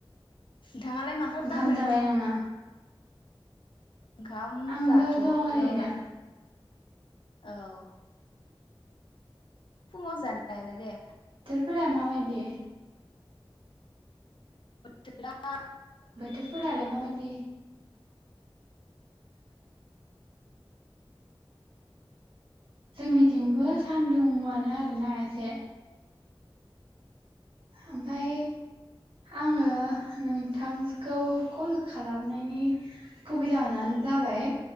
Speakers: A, on the left; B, on the right.
A: नोंथाङालाय मा खालामदो?
B: ओंखाम जाबाय नामा
A: ओंखाम
B: आंबो
A: जाथ
B: दं
A: ओ
B: ओरैनो
A: माने औ फुङाव जानायानो दे।
B: फोरा माबायदि?
A: <unintelligible>
B: बोथोरफोरालाय माबादि? जोंनिथिंबो सान्दुंआनो आरोना एसे ओमफाय आङो नोंथांखौ कल खालामनायनि गुबै जाहोनानो जाबाय